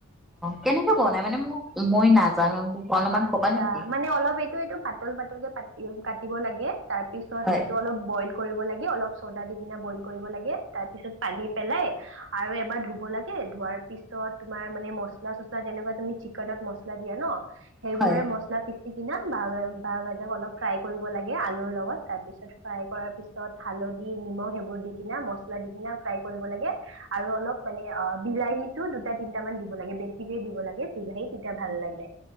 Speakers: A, in the centre; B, on the right.
A: কেনেকে বনাই মানে মোক মই নাজানো অলপমান
B: আত্ছা
A: ক'বা নেকি?
B: মানে অলপ এইটো এইটো পাতল পাতলকে কাটি দিব লাগে তাৰপিছত
A: হয়।
B: এইটো অলপ বইল কৰিব লাগে, অলপ চ'ডা দি কিনে বইল কৰিব লাগে। তাৰ পিছত পানী পেলাই আৰু এবাৰ ধুব লাগে, ধোৱাৰ পিছত তোমাৰ মানে মছলা চচলা যেনেকুৱা তুমি চিকনত মছলা দিয়া ন সেইবোৰে
A: হয়
B: মছলা পিছ দি কিনে বাহ বাহ গাজ অলপ ফ্ৰাই কৰিব লাগে, আলুৰ লগত, তাৰ পিছত ফ্ৰাই কৰাৰ পিছত হালধি নিমখ সেইবোৰ দি কিনা মছলা দি কিনে ফ্ৰাই কৰিব লাগে। আৰু অলপ মানে অ বিলাহীত দুটা তিনটা মান দিব লাগে বেছিকে দিব লাগে বিলাহী তেতিয়া ভাল লাগে।